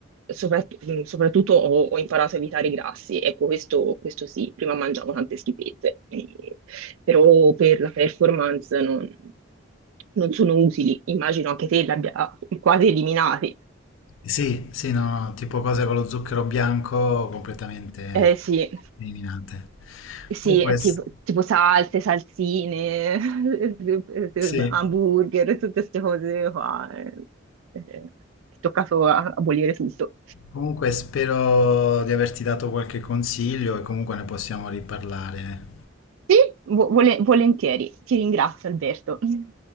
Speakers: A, on the right (about 75°); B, on the left (about 70°).
A: soprat- mh, soprattutto ho, ho imparato a evitare i grassi, ecco questo, questo sì, prima mangiavo tante schifezze, eh, però per la performance non, non sono utili, immagino anche te li abbia quasi eliminati.
B: Sì, sì, no, tipo cose con lo zucchero bianco completamente
A: Eh sì,
B: eliminate.
A: sì,
B: Comunque,
A: è
B: s-
A: tipo, tipo salse, salsine, <laughs>
B: sì.
A: hamburger, tutte queste cose qua. eh. Eh, È toccato a- abolire tutto.
B: Comunque spero di averti dato qualche consiglio e comunque ne possiamo riparlare.
A: Sì, vo- vole- volentieri. Ti ringrazio, Alberto. <laughs>